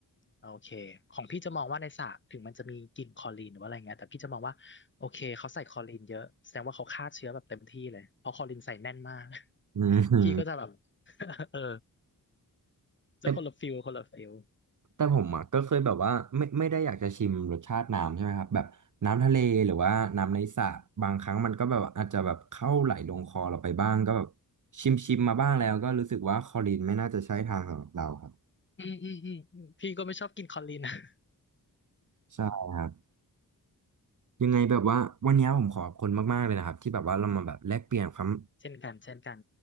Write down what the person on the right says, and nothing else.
อืม
แต่แต่ผมอ่ะก็เคยแบบว่าไม่ไม่ได้อยากจะชิมรสชาติน้ำใช่ไหมครับแบบน้ำทะเลหรือว่าน้ำในสระบางครั้งมันก็แบบอาจจะแบบเข้าไหลลงคอเราไปบ้างก็แบบชิมชิมมาบ้างแล้วก็รู้สึกว่าคลอรินไม่น่าจะใช่ทางสำหรับเราครับ
ใช่ครับยังไงแบบว่าวันนี้ผมขอบคุณมากๆเลยนะครับที่แบบว่าเรามาแบบแลกเปลี่ยนความ